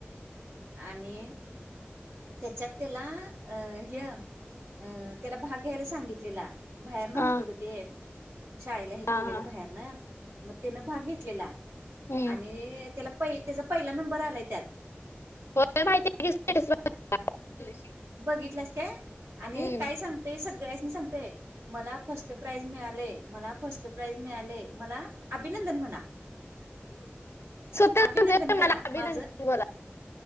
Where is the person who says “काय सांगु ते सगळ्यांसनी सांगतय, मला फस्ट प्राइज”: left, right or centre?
Right